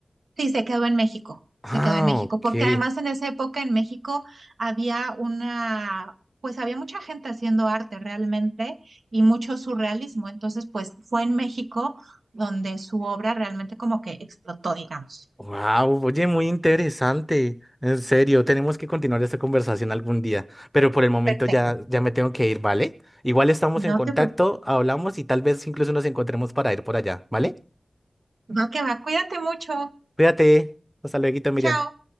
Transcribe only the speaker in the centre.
Ah,
ok.
Wow, oye, muy interesante. En serio, tenemos que continuar esta conversación algún día, pero por el momento
ya, ya me tengo que ir, ¿vale? Igual estamos
en contacto,
hablamos y tal vez incluso nos encontremos para ir por allá, ¿vale?
Cuídate. Hasta luego, Miriam.